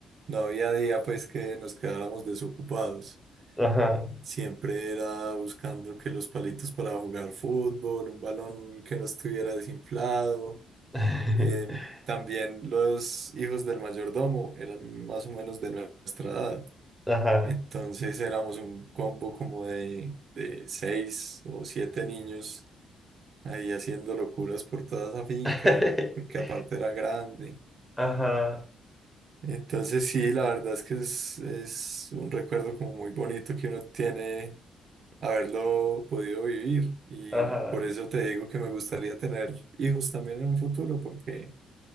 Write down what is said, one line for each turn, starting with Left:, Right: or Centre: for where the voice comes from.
Right: no había día pues que nos quedáramos desocupados.
Centre: Ajá.
Right: Siempre era buscando que los palitos para jugar fútbol, un balón que no estuviera desinflado.
Centre: <laughs>
Right: Eh, también los hijos del mayordomo eran más o menos de nuestra edad.
Centre: Ajá.
Right: Entonces éramos un combo como de, de seis o siete niños ahí haciendo locuras por toda esa finca,
Centre: <laughs>
Right: porque aparte era grande.
Centre: Ajá.
Right: Entonces sí, la verdad es que es, es un recuerdo como muy bonito que uno tiene haberlo podido vivir. Y
Centre: Ajá.
Right: por eso te digo que me gustaría tener hijos también en un futuro, porque